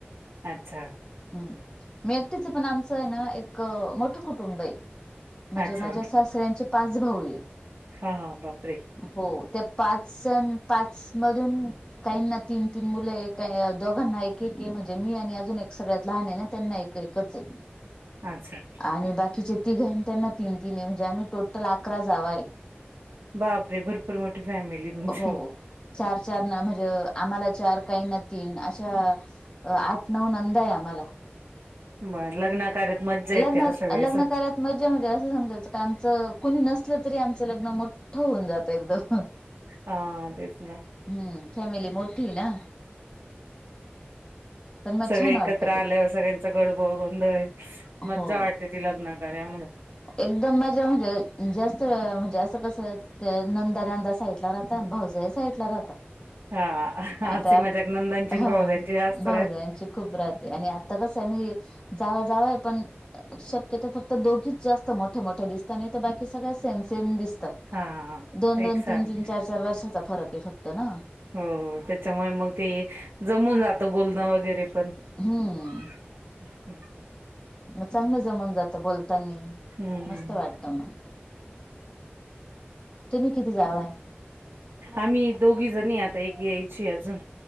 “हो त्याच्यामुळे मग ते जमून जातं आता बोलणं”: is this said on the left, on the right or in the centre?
Right